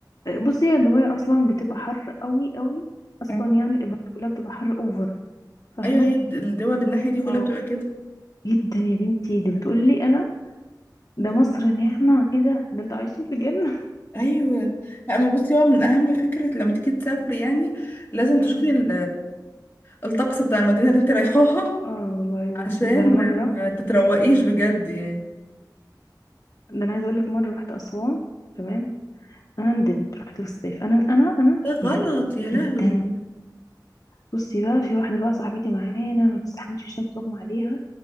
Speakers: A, on the left; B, on the left.
A: بصي هي دبي اصلا بتبقى حر قوي قوي اصلا
B: مم.
A: يعني الامارات كلها بتبقى حر اوفر فاهمه
B: ايوه هي الد- الدول الناحيه دي كلها
A: اه
B: بتبقى كده
A: جدا يا بنتي دي بتقولي انا ده مصر نعمه ايه ده ده انتوا عايشين في جنه
B: ايوه لا ما بصي هو من اهم فكره لما تيجي تسافري يعني لازم تشوفي
A: امم
B: ال... الطقس بتاع المدينه اللي انت رايحاها
A: <laughs> اه والله يا بنتي
B: عشان
A: ده انا مره
B: ما ما تتروقيش بجد يعني
A: ده انا عايزه اقول لك مره رحت اسوان تمام انا ندمت رحت في الصيف انا انا انا
B: ده
A: ندمت
B: غلط يا لهوي
A: جدا بصي بقى في واحده بقى صاحبتي معانا ما بتستحملش الشمس اغمى عليها